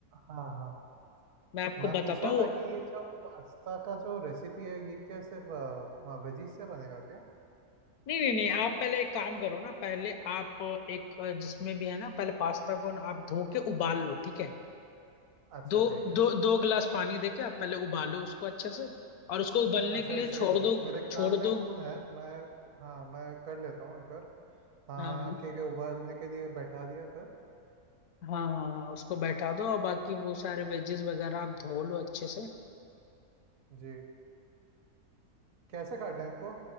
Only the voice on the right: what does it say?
हाँ हाँ
मैं
पूछ रहा
था कि ये जो पास्ता का जो रेसिपी है ये क्या सिर्फ वेजीज से बनेगा क्या
अच्छा
ठीक है
अच्छा
एक सेकंड
मेरे कान
में फोन है मैं हाँ मैं कर लेता हूँ एक बार हाँ
ठीक है उबालने के लिए बैठा दिया फिर
जी कैसे काटना है इनको